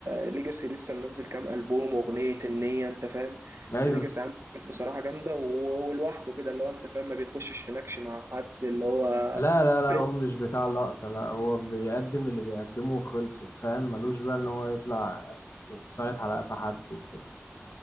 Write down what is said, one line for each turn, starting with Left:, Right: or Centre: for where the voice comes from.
Right: ليجاسي لسه منزل كام ألبوم أغنية النية أنت فاهم
Left: ايوه
Right: ليجاسي عامل حاجات بصراحة جامدة و- ولوحده كده اللي هو أنت فاهم ما بيخشش في نكش مع حد اللي هو
Left: لا لا لا
Right: بريك
Left: هو مش بتاع لقطة لا هو بيقدم اللي بيقدمه وخلصت فاهم ملوش بقى ان هو يطلع يتصايد على قفا حد وكده